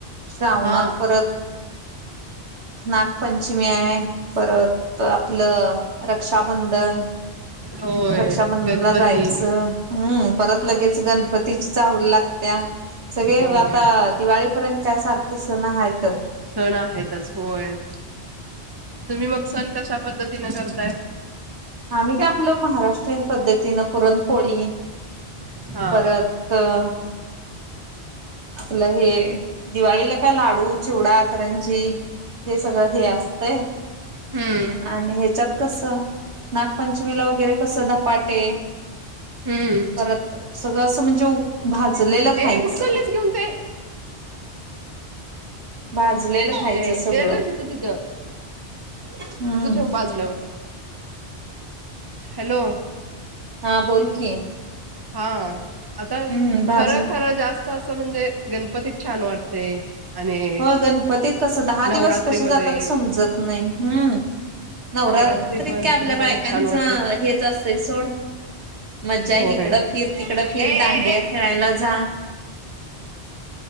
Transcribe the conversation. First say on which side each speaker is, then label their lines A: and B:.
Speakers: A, on the right; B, on the right.
A: श्रावणात
B: हा
A: परत नागपंचमी आहे परत आपलं रक्षाबंधन
B: होय
A: रक्षाबंधनला
B: गणपती
A: जायचं हम्म परत लगेच गणपतीची चाहूल लागत्या सगळे
B: होय
A: आता दिवाळी पर्यंत काय सारखे सण आहेत
B: सण आहेतच होय. तुम्ही मग सण कशा पद्धतीन करताय
A: आम्ही काय आपलं महाराष्ट्रीयन पद्धतीनं पुरणपोळी
B: हा
A: परत तर आपलं हे दिवाळीला काय लाडू, चिवडा, करंजी हे सगळं ध्येय असतंय
B: हम्म
A: आणि हेच्यात कसं नागपंचमीला वगैरे कसं धपाटे
B: हम्म
A: परत सगळं असं म्हणजे ऊ भाजलेलं
B: ए
A: खायचं
B: कुठे चाललेस घेऊन ते
A: भाजलेलं खायचं
B: जय
A: सगळं
B: ते ठेव तिथं तिथं तिथं
A: हम्म
B: ठेव बाजूलावत हॅलो
A: हा बोल की
B: हा आता
A: हम्म भाजल
B: खरं खरं जास्त असं म्हणजे गणपतीत छान वाटते आणि
A: हो गणपतीत कसं दहा
B: नवरात्रीमध्ये
A: दिवस कसे जातात समजत नाही हम्म नवरात्रीत
B: नवरात्री पण
A: काय आपल्या
B: पण
A: बायकांचं
B: पण छान वाटते
A: हेच असतंय सोड. मज्जा!
B: होय
A: इकडं फिर तिकडं फिर
B: ए
A: दांडिया
B: ए ए
A: खेळायला जा